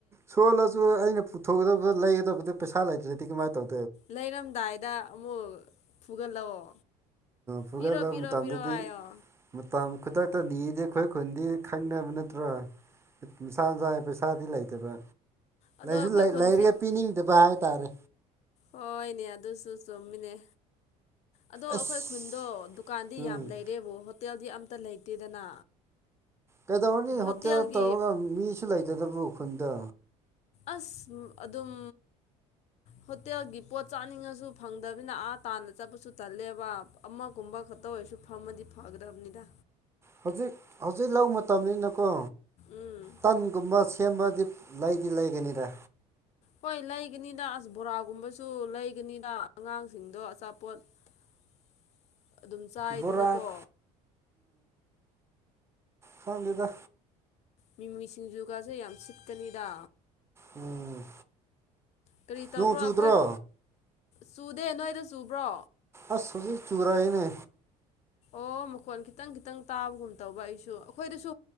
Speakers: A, on the right; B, on the left.
A: ꯁꯣꯜꯂꯁꯨ ꯑꯩꯅ ꯄꯨꯊꯣꯛꯗꯕ ꯂꯩꯒꯗꯕꯗ ꯄꯩꯁꯥ ꯂꯩꯇ꯭ꯔꯗꯤ ꯀꯃꯥꯏꯅ ꯇꯧ
B: ꯂꯩꯔꯝꯗꯥꯏꯗ ꯑꯃꯨꯛ ꯐꯨꯒꯠꯂꯛꯑꯣ
A: ꯐꯨꯒꯠꯂꯕ
B: ꯄꯤꯔꯣ ꯄꯤꯔꯣ
A: ꯃꯇꯝꯗꯗꯤ
B: ꯄꯤꯔꯣ ꯍꯥꯏꯌꯣ
A: ꯃꯇꯝ ꯈꯨꯗꯛ ꯅꯤꯗꯤ ꯑꯩꯈꯣꯏ ꯈꯨꯟꯗꯤ ꯈꯪꯅꯕ ꯅꯠꯇꯦ ꯅꯠꯇ꯭ꯔꯣ ꯁꯥ ꯅꯨꯡꯁꯥꯒꯤ ꯄꯩꯁꯥꯗꯤ ꯂꯩꯇꯕ
B: ꯑꯗꯣ ꯑꯩꯈꯣꯏ
A: ꯁꯨ
B: ꯈꯨꯟꯁꯤ
A: ꯂꯩꯔꯒ ꯄꯤꯅꯤꯡꯗꯕ ꯍꯥꯏ ꯇꯔꯦ
B: ꯍꯣꯏꯅꯦ ꯑꯗꯨꯁꯨ ꯆꯨꯝꯃꯤꯅꯦ ꯑꯗꯣ
A: ꯑꯁ
B: ꯑꯩꯈꯣꯏ ꯈꯨꯟꯗꯣ ꯗꯨꯀꯥꯟꯗꯤ
A: ꯎꯝ
B: ꯌꯥꯝ ꯂꯩꯔꯦꯕꯨ ꯍꯣꯇꯦꯜꯗꯤ ꯑꯝꯇ ꯂꯩꯇꯦꯗꯅ
A: ꯀꯩꯗꯧꯔꯅꯤ
B: ꯍꯣꯇꯦꯜꯒꯤ
A: ꯍꯣꯇꯦꯜ ꯇꯧꯔꯒ ꯃꯤꯁꯨ ꯂꯩꯇꯗꯕꯨ ꯈꯨꯟꯗ
B: ꯑꯁ ꯑꯗꯨꯝ ꯍꯠꯇꯒꯤ ꯄꯣꯠ ꯆꯥꯅꯤꯡꯉꯁꯨ ꯐꯪꯗꯕꯤꯅꯤꯅ ꯑꯥ ꯇꯥꯅ ꯆꯠꯄꯁꯨ ꯇꯜꯂꯦꯕ ꯑꯃꯒꯨꯝꯕ ꯈꯛꯇ ꯑꯣꯏꯔꯁꯨ ꯐꯝꯃꯗꯤ ꯍꯒ꯭ꯔꯥꯕꯅꯤꯗ
A: ꯍꯧꯖꯤꯛ ꯍꯧꯖꯤꯛ ꯂ ꯃꯇꯝꯅꯤꯅꯀꯣ
B: ꯎꯝ
A: ꯇꯟꯒꯨꯝꯕ ꯁꯦꯝꯕꯗꯤ ꯂꯩꯗꯤ ꯂꯩꯒꯅꯤꯔ
B: ꯍꯣꯏ ꯂꯩꯒꯅꯤꯗ ꯑꯁ ꯕꯣꯔꯥꯒꯨꯝꯕꯁꯨ ꯂꯩꯒꯅꯤꯗ ꯑꯉꯥꯡꯁꯤꯡꯗꯣ ꯑꯆꯥꯄꯣꯠ <unintelligible> ꯆꯥꯏꯗꯅꯀꯣ
A: ꯣꯔꯥꯥꯛ ꯁꯕꯤꯗ
B: ꯃꯤꯃꯤꯁꯤꯡ ꯌꯨꯒꯥꯥꯁꯦ ꯌꯥꯝ ꯁꯤꯠꯀꯅꯤꯗ
A: ꯎꯝ
B: ꯀꯔꯤ ꯇꯧꯕ꯭ꯔꯣ
A: ꯅꯣꯡ ꯆꯨꯗ꯭ꯔꯣ
B: ꯑꯩꯈꯣꯏ ꯆꯨꯗꯦ ꯅꯣꯏꯗ ꯆꯨꯕ꯭ꯔꯣ
A: ꯑꯁꯣ ꯁꯤ ꯆꯨꯨꯔꯑꯅꯦ
B: ꯑꯣ ꯈꯣꯟ ꯈꯤꯇꯪ ꯈꯤꯇꯪ ꯇꯥꯕꯒꯨꯝ ꯇꯧꯕ ꯑꯩꯁꯨ ꯑꯩꯈꯣꯏꯗꯁꯨ